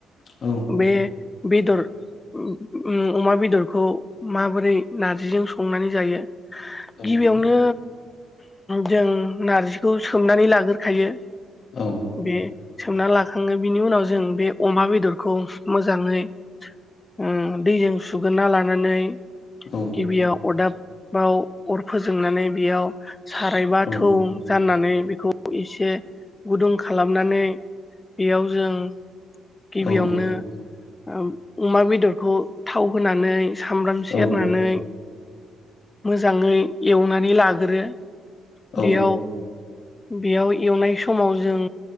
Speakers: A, on the left (about 55°); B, on the left (about 20°).
A: औ
B: बे बेदर उ‌ उम अमा बेदरखौ माबोरै नारजिजों संनानै जायो?
A: औ
B: गिबियावनो जों नारजिखौ सोमनानै लाग्रोखायो
A: औ
B: बे सोमना लाखाङो बिनि उनाव जों बे अमा बेदरखौ मोजाङै‌ उम दैजों सुग्रोना लानानै
A: औ
B: गिबियाव अरदाबाव अर फोजोंनानै बेयाव साराय बा‌
A: औ
B: थौ जाननानै बेखौ एसे गुदुं खालामनानै बेयाव जों गिबियावनो
A: औ
B: ओम अमा बेदरखौ थाव होनानै सामब्राम
A: औ
B: सेरनानै मोजाङै एवनानै लाग्रो
A: औ
B: बेयाव बेयाव एवनाय समाव जों